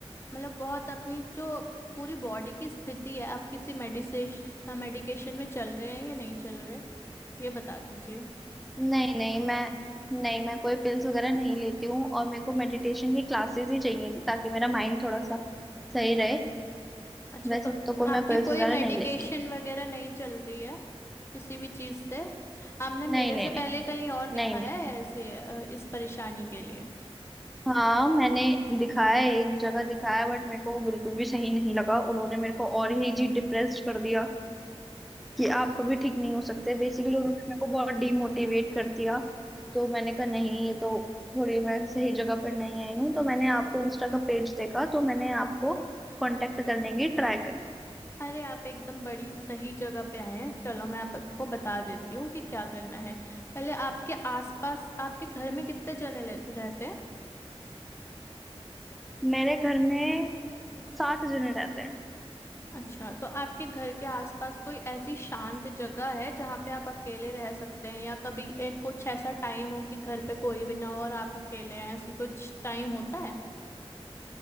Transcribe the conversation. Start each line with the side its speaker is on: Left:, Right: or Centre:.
Left: मतलब बहुत अपनी जो पूरी बॉडी की स्थिति है आप किसी मेडिसेश मेडिकेशन में चल रहे हैं या नहीं चल रहे ये बता दीजिए
Centre: नहीं नहीं मैं नहीं मैं कोई पिल्स वगैरह नहीं लेती हूँ और मेरे को मेडिटेशन की क्लासेस ही चाहिए थी ताकि मेरा माइंड थोड़ा सा सही रहे
Left: अच्छा
Centre: वैसे
Left: तो
Centre: तो कोई
Left: आपकी
Centre: मैं पिल्स
Left: कोई
Centre: वगैरह
Left: मेडिकेशन
Centre: नहीं लेती हूँ
Left: वगैरह नहीं चल रही है किसी भी चीज़ से आपने मेरे
Centre: नहीं नहीं
Left: से पहले
Centre: नहीं
Left: कहीं और दिखाया
Centre: नहीं नहीं
Left: है ऐसे अ, इस परेशानी के लिए
Centre: हाँ मैंने दिखाया है, एक जगह दिखाया बट मेरे को वो बिल्कुल भी सही नहीं लगा उन्होंने मेरे को और ही जी डिप्रेस्ड कर दिया कि आप कभी ठीक नहीं हो सकते बेसिकली उन्होंने मेरे को बहुत डीमोटिवेट कर दिया तो मैंने कहा नहीं ये तो थोड़ी मैं सही जगह पर नहीं आई हूँ तो मैंने आपको इंस्टा का पेज देखा तो मैंने आपको कांटेक्ट करने की ट्राई करी
Left: अरे आप एकदम बड़ी सही जगह पे आए हैं चलो मैं आपको बता देती हूँ कि क्या करना है पहले आपके आसपास आपके घर में कितने जने ले- रहते हैं
Centre: मेरे घर में सात जने रहते हैं
Left: अच्छा तो आपके घर के आसपास कोई ऐसी शांत जगह है जहाँ पे आप अकेले रह सकते हैं या कभी एक कुछ ऐसा टाइम हो कि घर पे कोई भी ना हो और आप अकेले हैं ऐसी कुछ टाइम होता है